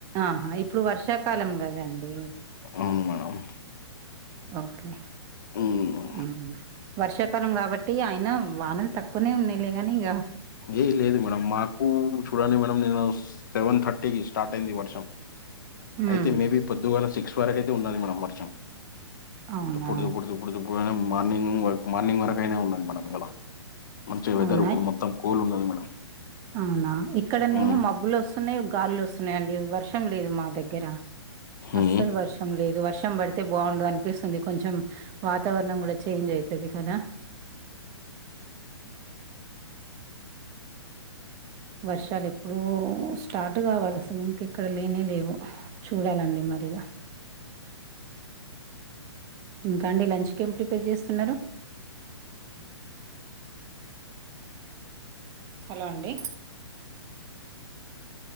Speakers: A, on the right; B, on the left.
A: ఆహా ఇప్పుడు వర్షాకాలం కదండి
B: అవును మేడం
A: ఓకే
B: ఉమ్,
A: ఉమ్ వర్షాకాలం కాబట్టి ఆయన వానలు తక్కువనే ఉన్నాలే గాని ఇక
B: ఏ లేదు మేడమ్ మాకు చూడండి మేడం నేను సెవెన్ థర్టీకి స్టార్ట్ అయింది వర్షం
A: హ్మ్.
B: అయితే మేబీ పొద్దుగాల సిక్స్ వరకు అయితే ఉన్నది మేడం వర్షం
A: అవునా?
B: తుప్పుడు తుప్పుడు తుప్పుడు తప్పుడుప్పుడు మార్నింగ్ మార్నింగ్ వరకు అయినా ఉన్నది మనకు ఇయాలా మంచి వెదర్
A: అవునా?
B: ఇప్పుడు మొత్తం కూల్ ఉన్నది మేడం
A: అవునా ఇక్కడనేమో
B: ఉమ్.
A: మబ్బులు వస్తున్నాయి గాలులు వస్తున్నాయిండి వర్షం లేదు మా దగ్గర
B: ఉమ్.
A: అస్సలు వర్ష తం లేదు. వర్షం పడితే బాగుండు అనిపిస్తుంది. కొంచెం వాతావరణం కూడా చేంజ్ అయితది కదా వర్షాలు ఎప్పుడో స్టార్ట్ కావాలి అసలు ఇంక ఇక్కడ లేనే లేవు చూడాలండి మరి ఇగా ఇంకా అండి లంచ్ కి ఏం ప్రిపేర్ చేస్తున్నారు. హలో అండి